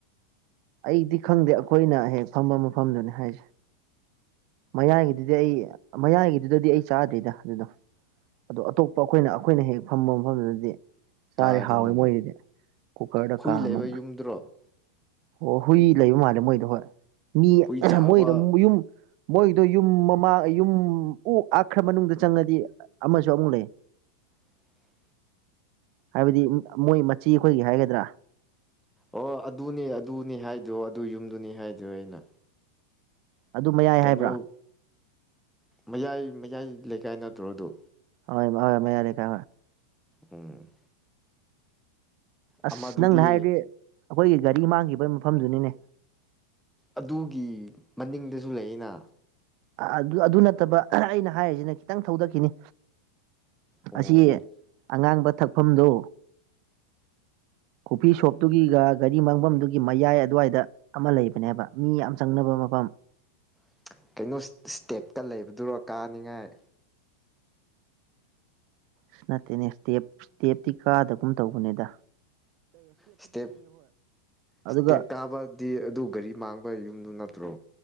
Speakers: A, on the right; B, in the centre.
A: ꯑꯩꯗꯤ ꯈꯪꯗꯦ ꯑꯩꯈꯣꯏꯅ ꯍꯦꯛ ꯐꯝꯕ ꯃꯐꯝꯗꯨꯅꯤ ꯍꯥꯏꯁꯦ ꯃꯌꯥꯡꯒꯤꯗꯨꯗꯤ ꯑꯩ ꯃꯌꯥꯏꯒꯤꯗꯨꯗꯗꯤ ꯑꯩ ꯆꯥꯗ꯭ꯔꯤꯗ ꯑꯗꯨꯗ ꯑꯗꯣ ꯑꯇꯣꯞꯄ ꯑꯩꯈꯣꯏꯅ ꯑꯩꯈꯣꯏꯅ ꯍꯦꯛ ꯐꯝꯕ ꯃꯐꯝꯗꯨꯗꯗꯤ
B: ꯀꯥꯏꯗꯅꯣꯅꯦ
A: ꯆꯥꯔꯦ ꯍꯥꯎꯋꯦ ꯃꯣꯏꯗꯤꯗꯤ ꯀꯨꯀꯔꯗ
B: ꯍꯨꯏ
A: ꯀꯥ
B: ꯂꯩꯕ
A: ꯑꯃ ꯉ
B: ꯌꯨꯝꯗ꯭ꯔꯣ
A: ꯑꯣ ꯍꯨꯏ ꯂꯩꯕ ꯃꯥꯜꯂꯦ ꯃꯣꯏꯗꯣ ꯍꯣꯏ ꯃꯤ
B: ꯍꯨꯏ ꯆꯥꯕ
A: ꯃꯣꯏꯗ ꯌꯨꯝ ꯃꯣꯏꯗꯣ ꯌꯨꯝ ꯃꯃꯥꯡ ꯌꯨꯝ ꯑꯣꯛ ꯑꯈ꯭ꯔ ꯃꯅꯨꯡꯗ ꯆꯪꯉꯗꯤ ꯑꯃꯁꯨ ꯑꯃꯨꯛ ꯂꯩ
B: <unintelligible>
A: ꯍꯥꯏꯕꯗꯤ ꯃꯣꯏ ꯃꯆꯤ ꯑꯩꯈꯣꯏꯒꯤ ꯍꯥꯏꯒꯗ꯭ꯔꯥ
B: ꯑꯣ ꯑꯗꯨꯅꯤ ꯑꯗꯨꯅꯤ ꯍꯥꯏꯗꯣ ꯑꯗꯨ ꯌꯨꯝꯗꯨꯅꯤ ꯍꯥꯏꯗꯣ ꯑꯩꯅ
A: ꯑꯗꯨ ꯃꯌꯥꯏ
B: ꯀꯩꯅꯣ
A: ꯍꯥꯏꯕ꯭ꯔꯥ
B: ꯃꯌꯥꯏ ꯃꯌꯥꯏ ꯂꯩꯀꯥꯏ ꯅꯠꯇ꯭ꯔꯣ ꯑꯗꯨ
A: ꯍ ꯍ ꯃ ꯌꯥꯔꯦ ꯀ
B: ꯎꯝ
A: ꯑꯁ
B: ꯑꯃꯗꯨꯗꯤ
A: ꯅꯪꯅ ꯍꯥꯏꯔꯗꯤ ꯑꯩꯈꯣꯏꯒꯤ ꯒꯥꯔꯤ ꯃꯥꯡꯈꯤꯕꯒꯤ ꯃꯐꯝꯗꯨꯅꯤꯅꯦ
B: ꯑꯗꯨꯒꯤ ꯃꯅꯤꯡꯗꯁꯨ ꯂꯩꯩꯅ
A: ꯑꯗꯨ ꯑꯗꯨ ꯅꯠꯇꯕ ꯑꯩꯅ ꯍꯥꯏꯔꯤꯁꯤꯅ ꯈꯤꯇꯪ ꯊꯧꯗꯛꯈꯤꯅꯤ
B: ꯑꯣ
A: ꯑꯁꯤ
B: ꯑꯣ
A: ꯑꯉꯥꯡꯕ ꯊꯛꯐꯝꯗꯨ ꯀꯣꯐꯤ ꯁꯣꯞꯇꯨꯒꯤꯒ ꯒꯥꯔꯤ ꯃꯥꯡꯐꯝꯗꯨꯒꯤ ꯃꯌꯥꯏ ꯑꯗꯨꯋꯥꯏꯗ ꯑꯃ ꯂꯩꯕꯅꯦꯕ ꯃꯤ ꯌꯥꯝ ꯆꯪꯅꯕ ꯃꯐꯝ
B: <unintelligible> ꯅ ꯏꯁꯇꯦꯞꯀ ꯂꯩꯕꯗꯨꯔꯣ ꯀꯥꯅꯤꯡꯉꯥꯏ
A: ꯁ ꯅꯠꯇꯦꯅꯦ ꯏꯁꯇꯦꯞ ꯏꯁꯇꯦꯞꯇꯤ ꯀꯥꯗꯒꯨꯝ ꯇꯧꯕꯅꯦꯗ
B: ꯏꯁꯇꯦꯞ ꯏꯁꯇꯦꯞ
A: ꯑꯗꯨꯒ
B: ꯀꯥꯕꯗꯤ ꯑꯗꯨ ꯒꯥꯔꯤ ꯃꯥꯡꯕ ꯌꯨꯝꯗꯨ ꯅꯠꯇ꯭ꯔꯣ